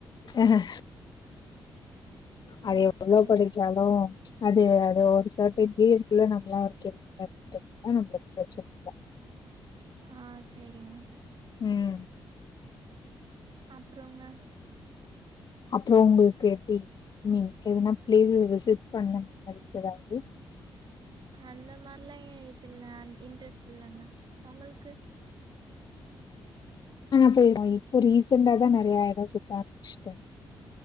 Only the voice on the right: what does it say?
ம்
சொல்லுங்க
ஆ சரிங்க
அப்புறம்ங்க
அந்த மாரிலா இது இல்ல இன்ட்ரெஸ்ட் இல்லங்க உங்களுக்கு